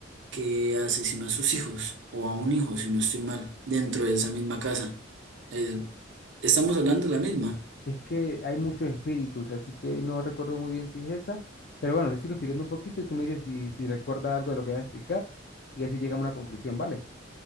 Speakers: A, on the right; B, on the left.
A: que asesinó a sus hijos o a un hijo, si no estoy mal, dentro de esa misma casa. Eh, estamos hablando de la misma.
B: Es que hay muchos espíritus, así que no recuerdo muy bien si es esa, pero bueno, te sigo explicando un poquito y tú me dices si, si recuerdas algo de lo que voy a explicar y así llegamos a una conclusión, ¿vale?